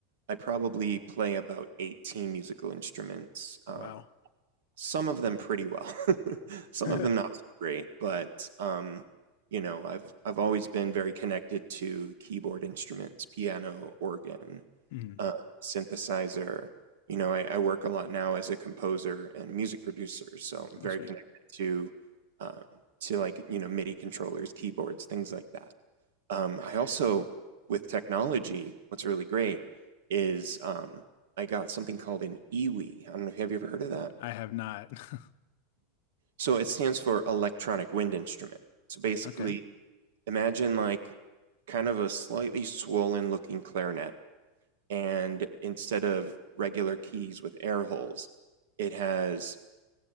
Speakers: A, on the right; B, on the left.
A: I probably play about 18 musical instruments. Um,
B: Oh wow.
A: some of them pretty well, <laughs> some
B: <laughs>
A: of them not so great, but um, you know, I've I've always been very connected to keyboard instruments, piano, organ,
B: hmm
A: uh, synthesizer. You know, I, I work a lot now as a composer and music producer, so I'm very
B: Oh sweet.
A: connected to um, to like you know MIDI controllers, keyboards, things like that. Um, I also, with technology, what's really great is um, I got something called an EWI. I I don't know if have you ever heard of that.
B: I have not. <laughs>
A: So it stands for electronic wind instrument. So basically,
B: Okay.
A: imagine like kind of a slightly swollen looking clarinet and instead of regular keys with air holes, it has